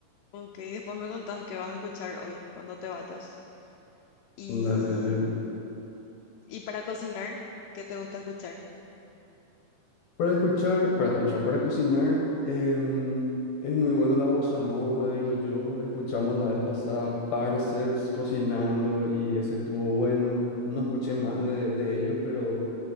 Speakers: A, on the left; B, on the left.
A: Ok, después me contás qué vas a escuchar hoy cuando te vayas. Y,
B: Dale, dale.
A: y para cocinar, ¿qué te gusta escuchar?
B: Para escuchar, para escuchar, para cocinar, em, es muy bueno la bossa nova, digo yo. Escuchamos la vez pasada Parcels cocinando y ese estuvo bueno. No escuché más
A: Mm.
B: de, de ellos, pero